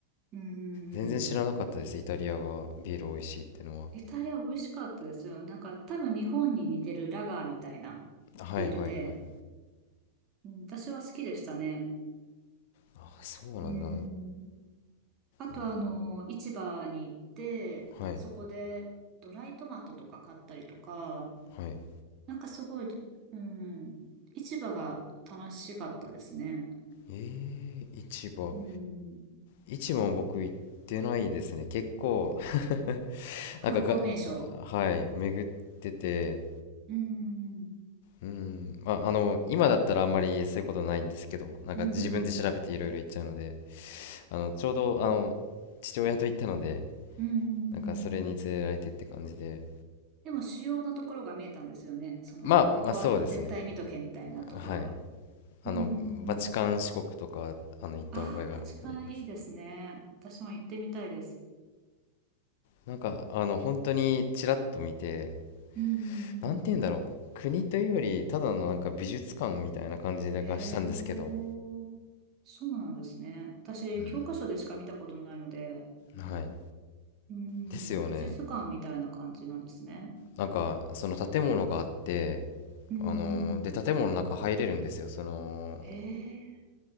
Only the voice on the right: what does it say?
うーん。
イタリア美味しかったですよ。なんか多分日本に似てるラガーみたいなビールで、
うん、私は好きでしたね。
うーん。あとあの、
市場に行って、
そこでドライトマトとか買ったりとか、
なんかすごい、うん、市場が楽しかったですね。
うん。
観光名所。
うん、
うん、うん、
うん、うん。
でも主要なところが見えたんですよね。その、
ここは絶対見とけみたいなところは。
うん、
うん、
うん。
ああ、バチカンいいですね。私も行ってみたいです。
うん、うん、
うん。へえ、そうなんですね。私、
教科書でしか見たことないので、
うん、
美術館みたいな感じなんですね。
うん、
うん、うん。へえ、